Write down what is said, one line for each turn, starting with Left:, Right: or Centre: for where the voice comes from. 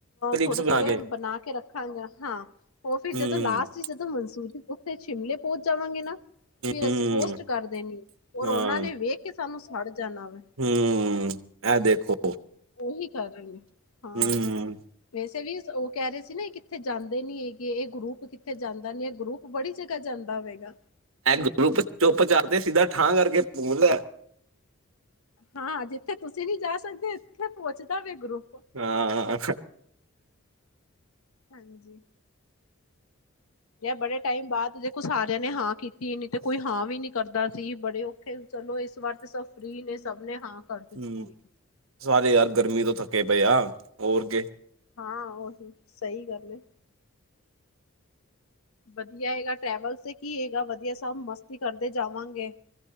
Right: ਕਲਿਪਸ
Left: ਥੋੜੇ
Right: ਬਣਾ
Left: ਥੋੜੇ
Right: ਕੇ
Left: ਬਣਾ ਕੇ ਰੱਖਾਂਗੇ ਹਾਂ ਉਹ ਫਿਰ
Right: ਹੂੰ
Left: ਜਦੋਂ ਲਾਸਟ। ਸੀ ਜਦੋਂ ਮਨਸੂਰ ਜੀ ਉੱਥੇ ਸ਼ਿਮਲੇ ਪਹੁੰਚ ਜਾਵਾਂਗੇ ਨਾ। ਫਿਰ
Right: ਹੂੰ
Left: ਅਸੀ ਪੋਸਟ ਕਰ ਦੇਣੀ ਆ ਔਰ
Right: ਹਾਂ
Left: ਉਹਨਾ ਨੇ ਵੇਖ ਕੇ ਸਾਨੂੰ ਸੜ ਜਾਣਾ ਵੇ।
Right: ਹੂੰ ਇਹ ਦੇਖੋ।
Left: ਉਹੀ ਕਰ ਰਹੀ ਆ।
Right: ਹਮ,
Left: ਵੈਸੇ ਵੀ ਉਹ ਕਹਿ ਰਹੇ ਸੀ ਨਾ ਕਿੱਥੇ ਜਾਂਦੇ ਨੀ ਹੈਗੇ ਇਹ ਗਰੁੱਪ ਕਿੱਥੇ ਜਾਂਦਾ ਨੀ ਇਹ ਗਰੁੱਪ। ਉਹ ਬੜੀ ਜਗਾ ਜਾਂਦਾ ਹੋਵੇਗਾ।
Right: ਐ ਗੁੱਪ ਚੁੱਪ ਚਾਪ ਤੇ ਸਿੱਧਾ ਠਾਂ ਕਰਕੇ ਪੁਲ ਏ,।
Left: ਹਾਂ ਜਿੱਥੇ ਤੁਸੀ ਨੀ ਜਾ ਸਕਦੇ ਉੱਥੇ ਪਹੁੰਚਦਾ ਵੀੇ ਗਰੁੱਪ।
Right: ਹਾਂ,
Left: ਹਾਂਜੀ ਜਾਂ ਬੜੇ ਟਾਈਮ ਬਾਅਦ ਦੇਖੋ ਸਾਰਿਆਂ ਨੇ ਹਾਂ ਕੀਤੀ ਨੀ ਤੇ ਕੋਈ ਹਾਂ ਵੀ ਨੀ। ਕਰਦਾ ਸੀ ਬੜੇ ਔਖੇ ਚਲੋ ਇਸ ਵਾਰ ਤਾਂ ਸਭ ਫ੍ਰਰੀ ਨੇ ਸਭ ਨੇ ਹਾਂ। ਕਰ ਦਿੱਤੀ
Right: ਹਮ
Left: ਹੈਗੀ
Right: ਸਾਰੇ ਯਾਰ ਗਰਮੀ ਤੋਂ ਥੱਕੇ ਪਏ ਆ ਹੋਰ ਕਿ।
Left: ਹਾਂ ਉਹੀ ਸਹੀ ਗੱਲ ਹੈ। ਵਧੀਆ ਹੈਗਾ ਟ੍ਰੈਵਲ ਤੇ ਕੀ ਹੈਗਾ ਵਧੀਆ ਸਭ ਮਸਤੀ ਕਰਦੇ ਜਾਵਾਂਗੇ।